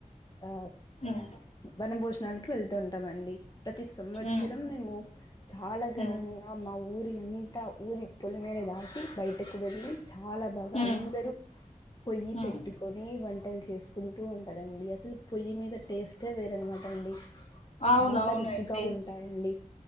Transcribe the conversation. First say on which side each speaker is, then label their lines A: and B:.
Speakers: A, on the left; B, on the left.
A: ఆ
B: ఉమ్
A: వనభోజ వెళ్తుంటామండి ప్రతి సంవత్సరం
B: ఉమ్
A: మేము చాలా ఘనంగా
B: ఉమ్
A: ఆ ఊరి అంతా ఊరి పొలిమేర దాటి బై టకు వెళ్ళి చాలా బాగా
B: హ్మ్
A: అందరూ పొయ్యి
B: హ్మ్
A: పెట్టుకొనీ వంట టలు చేసుకుంటూ ఉంటారండి అసలు పొయ్యిమీద టేస్టే వేరన్నమాటండి
B: అవునవునండి
A: చాలా రుచిగా ఉంటాయండి.